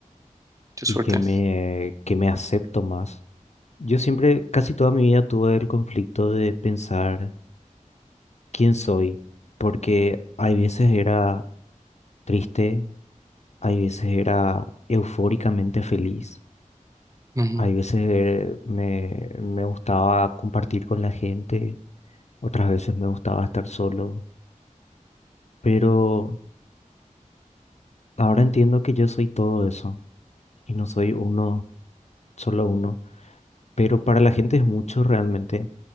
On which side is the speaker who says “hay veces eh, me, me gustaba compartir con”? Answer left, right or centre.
Left